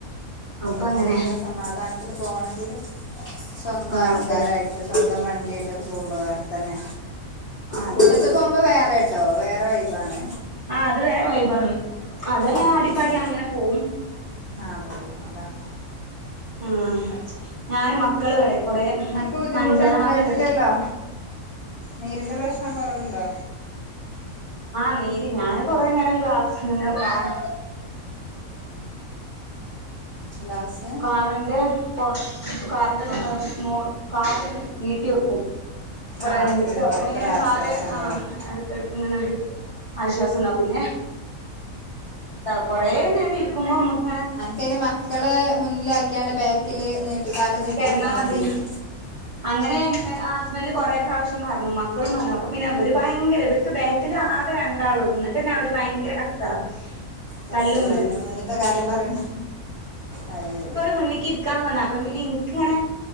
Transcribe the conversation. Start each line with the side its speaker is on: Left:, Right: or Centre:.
Right: അപ്പൊ
Left: ഞമ്മക്ക്
Right: അങ്ങനെ
Left: സമാധാൻത്ത്ല് പോണങ്കില് സ്വന്തം
Right: ആ
Left: ആൾക്കാരായി
Right: അതെ
Left: ട്ട് സ്വന്തം വണ്ടീട്ടക്കെ പോവുമ്പോ വേറെ തന്നെ
Right: അതെ
Left: കൂട്ടത്ത്
Right: അതെ
Left: പോവുമ്പോ വേറെ ട്ടോ വേറെ വൈബാണ്
Right: ആഹ് അത് വേറെ വൈബാണ് അതങ്ങനെ
Left: ഉം
Right: ആടിപ്പാടി
Left: ഉം ഉം
Right: അങ്ങനെ പോവും
Left: ആഹ് പോകും അതാണ്
Right: ആഹ്
Left: അതെ
Right: ഞാനും മക്കള് വടെ കൊറേ ഉം
Left: അനക്ക് ബുദ്ധിമുട്ടൊന്നും
Right: പഞ്ചാരമാങ്ങണ്ട്
Left: ഉണ്ടായിട്ടില്ലല്ലോ നീരിന്റെ പ്രശ്നം കൊറവ്ണ്ടോ
Right: ആഹ് നീര് ഞാന് കൊറേ നേരം ഗ്ലാസ് നന്നെ വെ ആഹ്
Left: ഗ്ലാസ്
Right: കാറിന്റെ പൊർ കാറിന്റെ മോൾ - കാല് നീട്ടി വെക്കും ഫ്രണ്ട്ക്ക്
Left: ആഹ് അപ്പൊ പിന്നെ
Right: അപ്പ
Left: കൊറേക്കെ
Right: പിന്നെങ്ങനെ
Left: ഒരു ആശ്വാസം
Right: കാല്
Left: ഉണ്ടാവും
Right: ആ എടക്കെട് ങ്ങനൊരു ആശ്വാസണ്ടാവും പിന്നെ കൊറേ നേരം ഇര്ക്കുമ്പമ്മക്
Left: അനക്കയിന് മക്കള് മുന്നിലാക്കിയാണ്ട് ബാക്കില് നീട്ടി കാല് നീട്ടിര്ന്നാ
Right: കെടന്നാ മതി
Left: മതിയേനി
Right: അങ്ങനെ ഹാസ്ബൻഡ് കൊറേ പ്രാവശ്യം പറഞ്ഞു മക്കളും പറഞ്ഞു അപ്പ പിന്നെ വര് ഭയങ്കര ഇവര്ക്ക് ബാക്കില് ആകെ രണ്ടാളൊ ള്ളുന്നട് ട്ടന്നവര് ഭയങ്കര കച്ചറ.
Left: കച്ചറ.
Right: തല്ലും പിടിം
Left: പിന്നെ മുന്ന്ത്തെ കാര്യം പറയണ്ട അഹ് ശരി
Right: മുന്നിക്കിരിക്കാന്ന് പർഞ്ഞ്. അപ്പ പിന്നെ ഇൻക്കിങ്ങനെ